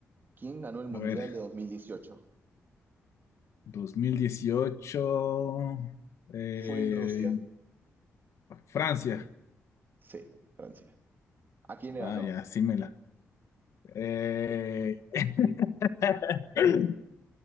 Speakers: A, on the right; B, on the left.
A: ¿Quién ganó el Mundial
B: A ver,
A: de dos mil dieciocho
B: 2018, eh,
A: Fue en Rusia.
B: Francia.
A: Sí, Francia. ¿A quién le ganó?
B: Ah, ya, sí me la. Eh, <laughs>